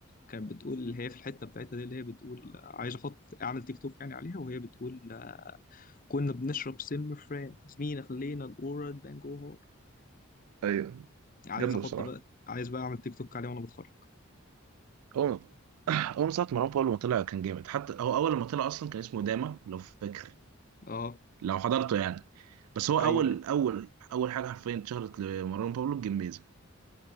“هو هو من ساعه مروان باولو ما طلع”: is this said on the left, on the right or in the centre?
Right